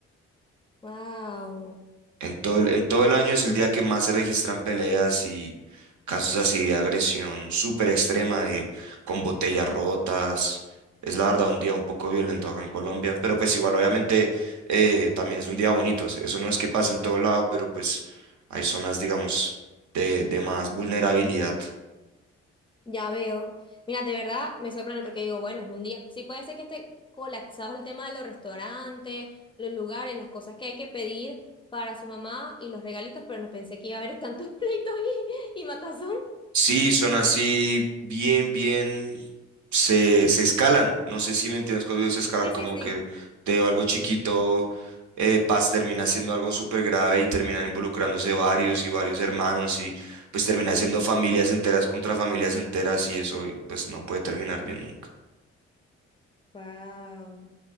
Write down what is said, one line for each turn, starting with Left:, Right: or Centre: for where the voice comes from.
Left: ¡Wow!
Right: En todo el, en todo el año es el día que más se registran peleas y casos así de agresión súper extrema, de, con botellas rotas. Es la verdad un día un poco violento acá en Colombia, pero pues igual obviamente eh, también es un día bonito. o sea, Eso no es que pase en todo lado, pero pues hay zonas, digamos, de, de más vulnerabilidad.
Left: Ya veo. Mira, de verdad me sorprende porque digo, bueno, es un día. Sí, puede ser que esté colapsado el tema de los restaurantes, los lugares, las cosas que hay que pedir para su mamá y los regalitos, pero no pensé que iba a haber tantos <laughs> pleitos y, y matazón.
Right: Sí, son así bien, bien, se, se escalan. No sé si me entiendes cuando digo se escalan,
Left: Sí,
Right: como
Left: sí, sí.
Right: que de algo chiquito, eh, Paz termina siendo algo súper grave y terminan involucrándose varios y varios hermanos y pues termina siendo familias enteras contra familias enteras y eso pues no puede terminar bien nunca.
Left: Wow.